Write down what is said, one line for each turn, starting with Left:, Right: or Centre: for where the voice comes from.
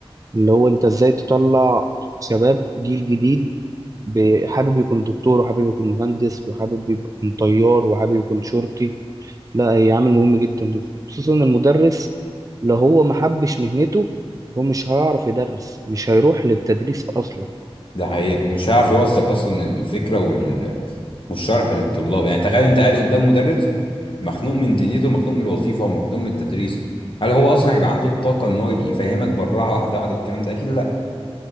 Right: اللي هو أنت إزاي تطلع شباب جيل جديد ب- حابب يكون دكتور وحابب يكون مهندس وحابب يبقى- يكون طيار وحابب يكون شرطي لا هي عامل مهم جدا خصوصا المدرس لو هو ما حبش مهنته هو مش هيعرف يدرس مش هيروح للتدريس اصلا
Left: ده حقيقة ومش هيعرف يوصل اصلا الفكرة وال... والشرح للطلاب يعني تخيل انت قاعد قدام مدرس مخنوق من دنيته مخنوق من الوظيفة ومخنوق من التدريس هل هو اصلا هيبقى عنده الطاقة ان هو يجي- يفهمك بالراحة واحدة واحدة والكلام ده اكيد لا